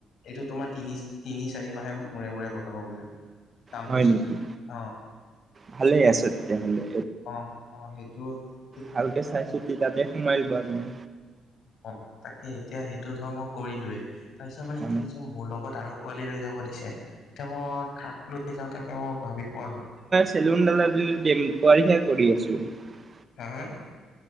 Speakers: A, on the left (about 70°); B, on the right (about 30°).
A: এইটো তোমাৰ তিনি-তিনি চাৰি মাহে মূৰে-মূৰে বঢ়াব বোলে ৷ কামটো
B: হয়
A: চাই
B: নেকি
A: অহ-অহ-অহ
B: ভালেই আছে তেতিয়াহ'লে
A: সেইটো ত
B: ভালকে চাই চিতি তাতে সোমাই লোৱা তুমি।
A: অ তাকে এতিয়া সেইটো ধৰামই কৰিলোয়ে তাৰপিছত মানে
B: অ
A: কি হৈছে মোৰ লগত আৰু পোৱালি লৈ যাব দিছে এতিয়া মই কাক লৈ যাওঁ তাকে মই ভাবি পোৱা নাই
B: চেলুনডালহা কৰি আছো <unintelligible>
A: হা-হা?